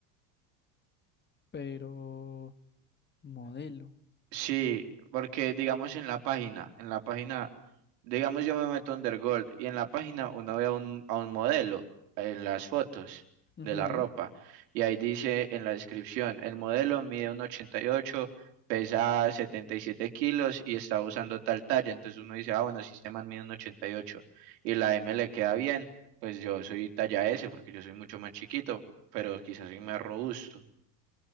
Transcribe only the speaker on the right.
Sí, porque digamos en la página, en la página, digamos yo me meto a Undergold y en la página uno ve a un, a un modelo en las fotos
de la ropa y ahí dice en la descripción, el modelo mide 1,88, pesa 77 kilos y está usando tal talla, entonces uno dice, ah, bueno, si este man mide 1,88 y ocho y la M le queda bien, pues yo soy talla S porque yo soy mucho más chiquito, pero quizás soy más robusto.